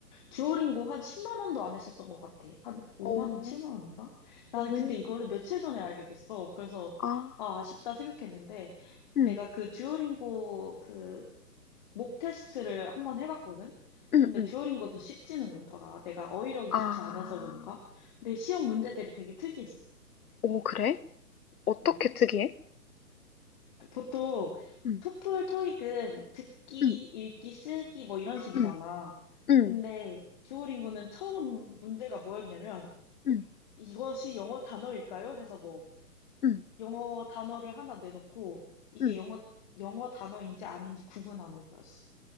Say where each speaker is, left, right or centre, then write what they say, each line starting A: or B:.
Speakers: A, on the left (about 25°); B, on the left (about 65°).
A: 듀오링고 한 10만 원도 안 했었던 것 같아. 한 5만
B: 오,
A: 원, 7만 원인가? 나는
B: 오,
A: 근데 이거를 며칠 전에 알게 됐어. 그래서
B: 아,
A: 아, 아쉽다 생각했는데
B: 응,
A: 내가 그 듀오링고 그 목 테스트를 한번 해봤거든?
B: 응,
A: 근데
B: 응.
A: 듀오링고도 쉽지는 않더라. 내가 어휘력이
B: 아,
A: 좋지 않아서 그런가? 근데 시험 문제들이 되게 특이했어.
B: 오, 그래? 어떻게
A: 응.
B: 특이해?
A: 보통
B: 응,
A: 토플, 토익은 듣기,
B: 응,
A: 읽기, 쓰기 뭐 이런 식이잖아.
B: 응, 응,
A: 근데 듀오링고는 처음 문제가 뭐였냐면
B: 응,
A: 이것이 영어 단어일까요? 해서 뭐
B: 응,
A: 영어 단어를 하나 내놓고 이게
B: 응.
A: 영어 영어 단어인지 아닌지 구분하는 거였어.